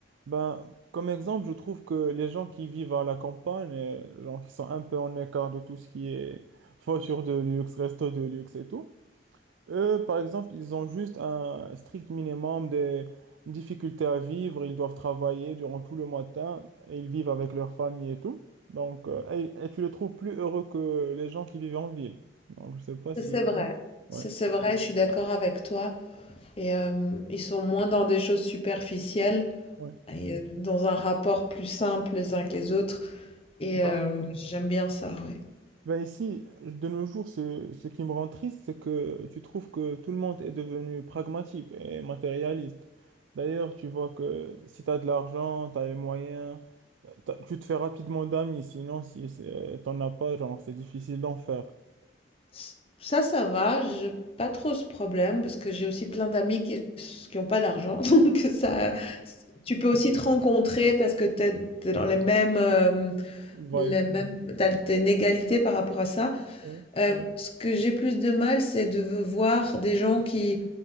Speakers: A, on the right; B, on the left.
A: Ben, comme exemple, je trouve que les gens qui vivent à la campagne, euh, genre qui sont un peu en écart de tout ce qui est voiture de luxe, resto de luxe et tout, Eux, par exemple, ils ont juste un strict minimum de difficultés à vivre. Ils doivent travailler durant tout le matin et ils vivent avec leur famille et tout. Donc, euh, et, et tu les trouves plus heureux que les gens qui vivent en ville. Donc, je sais pas si.
B: Ça, c'est vrai. Ça,
A: Ouais,
B: c'est vrai, je suis d'accord avec toi. Et euh, ils sont moins dans des choses superficielles
A: ouais.
B: et euh, dans un rapport plus simple les uns que les autres. Et
A: Bah,
B: euh, j'aime bien ça, oui.
A: ben ici, de nos jours, ce, ce qui me rend triste, c'est que tu trouves que tout le monde est devenu pragmatique et matérialiste. D'ailleurs, tu vois que si tu as de l'argent, tu as les moyens. T'as- Tu te fais rapidement d'amis, sinon si c'est- euh, t'en as pas, genre c'est difficile d'en faire.
B: S- Ça, ça va, j'ai pas trop ce problème parce que j'ai aussi plein d'amis qui qui ont pas d'argent. <laughs> Donc ça, tu peux aussi te rencontrer parce que t'es es dans les mêmes, euh,
A: Vibe.
B: les mêmes, t'as, t'as une égalité par rapport à ça.
A: Ouais,
B: Euh, ce que j'ai plus de mal, c'est de voir des gens qui